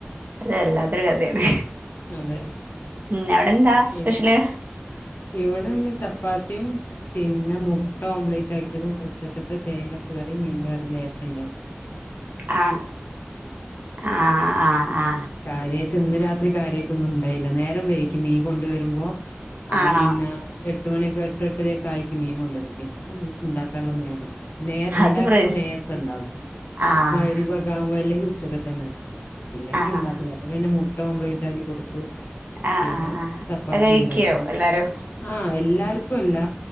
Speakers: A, on the right (about 45°); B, on the left (about 55°).
A: അതല്ലാത്തൊരു കഥയാണ്
B: അതെ
A: ഉം അവിടെന്താ
B: പിന്നെ
A: സ്പെഷ്യല്
B: ഇവിടെ ഇന്ന് ചപ്പാത്തി യും പിന്നെ മൂട്ട ട്ട ഓംലെറ്റ് ആക്കിയതും ഉച്ചക്കത്ത തേങ്ങരച്ച കറീം മീൻറ കറീം ലേശം ണ്ടാര്ന്ന്
A: ആ ആ
B: ഉം
A: ആഹ് ആ
B: കാര്യായിട്ട് ഇന്ന് രാത്രി കാര്യായിട്ടൊന്നും ഉണ്ടായില്ല നേരം വൈകിക്കും മീൻ കൊണ്ട് വരുമ്പോ അപ്പം
A: ആണോ
B: പിന്നെ എട്ട് മണിയൊക്കെ എട്ട് എട്ടരേക്കായികും മീൻ കൊണ്ടരുമ്പോ പിന്നെ ഉണ്ടാക്കാനുള്ള മൂഡില്ല ഉണ്ടാക്കുമ്പോ
A: അത് പ്ര
B: നേരത്തേ ഉണ്ടാക്കും
A: ആഹ്
B: മയിര്ബൊക്കാകുമ്പോ അല്ലെങ്കിൽ ഉച്ചക്കതന്നെണ് ഇല്ല പിന്നെ
A: ആണോ
B: ണ്ടാക്കലോ അപ്പൊ പിന്നെ മു ട്ട ഓംലേറ്റ് ആക്കി കൊടുത്തു
A: ആഹ്
B: പിന്നെ
A: ആഹ് ആഹ്
B: ചപ്പാത്തി
A: അത് കഴിക്കോ
B: ഉണ്ടാക്കി
A: എല്ലാരും
B: ആ എല്ലാർക്കും ഉപ്പല്ല